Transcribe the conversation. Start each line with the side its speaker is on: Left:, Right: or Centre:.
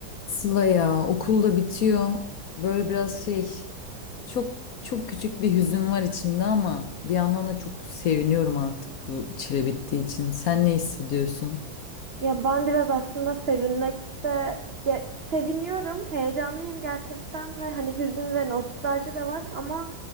Left: Sıla ya okul da bitiyor. Böyle biraz şey çok çok küçük bir hüzün var içimde ama bir yandan da çok seviniyorum artık bu çile bittiği için. Sen ne hissediyorsun?
Right: Ya ben biraz aslında sevinmekte ya seviniyorum, heyecanlıyım gerçekten ve hani hüzün ve nostalji de var ama